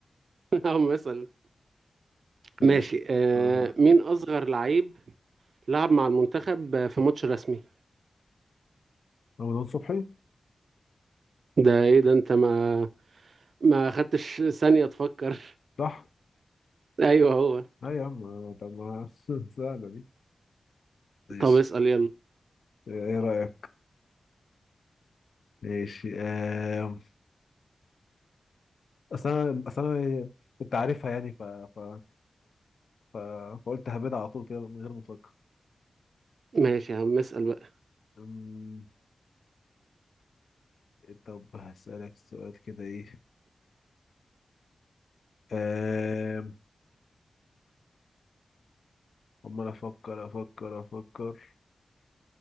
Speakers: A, on the right; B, on the left.
A: <laughs> أو مثلا
B: ماشي
A: ماشي آه
B: دورك أنت
A: مين أصغر لعيب لعب مع المنتخب آه، في ماتش رسمي
B: رمضان صبحي
A: ده إيه ده أنت ما ما خدتش ثانية تفكر
B: صح؟
A: <laughs> أيوه هو
B: لا يا عم طب ما <laughs> سهلة دي ماشي
A: طب اسأل يلا
B: إيه رأيك؟ ماشي آه، أصل أنا أصل أنا كنت عارفها يعني ف... ف ف- فقلت هبدأ على طول كده من غير ما افكر
A: ماشي يا عم اسأل بقى
B: أمم، طب هسألك سؤال كده ايه أم، عمال افكر افكر افكر